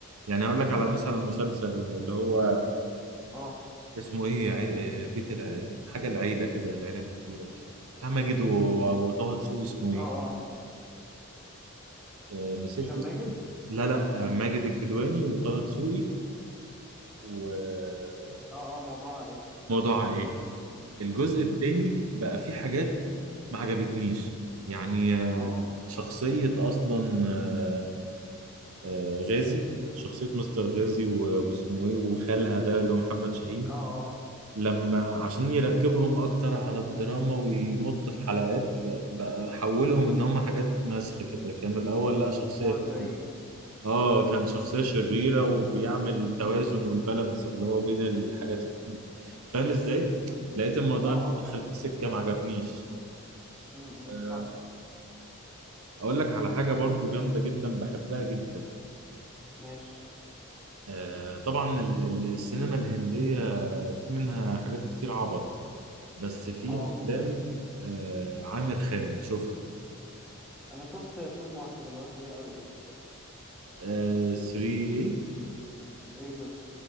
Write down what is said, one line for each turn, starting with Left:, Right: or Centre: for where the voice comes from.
Right: يعني هقول لك على مثلا مسلسل اللي هو
Centre: اه
Right: اسمه إيه عي... بيت الع... حاجة العيلة كده العيلة الكبيرة مش عارف بتاع ماجد و... و- وطه دسوقي اسمه إيه
Centre: اه اه
Right: أه، نسيت
Centre: هشام
Right: اسمه
Centre: ماجد
Right: لا لا أه، ماجد الكدواني وطه دسوقي وموضوع
Centre: اه اه موضوع عائلي
Right: عائلي الجزء التاني بقى فيه حاجات ما عجبتنيش يعني آه،
Centre: اه
Right: شخصية أصلا آه، آه، غازي شخصية مستر غازي و- واسمه إيه وخالها ده اللي هو محمد شاهين
Centre: اه اه
Right: لما عشان يركبهم أكتر على الدراما ويمط في حلقات لا، بقى حولهم إن هم حاجات مسخ كده كانوا الأول لا شخصية
Centre: موزعين
Right: اه كان شخصية شريرة وبيعمل توازن والبالانس اللي هو بين الحاجات الت- فاهم ازاي؟ لقيت الموضوع
Centre: اه
Right: اللي
Centre: اه
Right: دخل
Centre: فاهم
Right: في سكة ما عجبنيش
Centre: م-
Right: آه،
Centre: م، صح
Right: اقول لك على حاجة برضو جامدة جدا بحبها جدا
Centre: ماشي
Right: آه، طبعا ال- ال- السينما الهندية في منها حاجات كتير عبط بس في
Centre: اه
Right: افلام آه، عامر خان شوفها
Centre: انا شفت فيلم واحد اللي هو 3 اي دوتس ده
Right: 3 ايه
Centre: اي دوتس